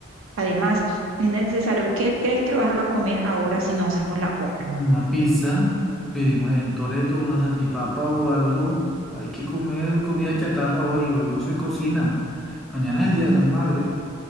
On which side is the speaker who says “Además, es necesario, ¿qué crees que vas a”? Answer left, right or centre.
Right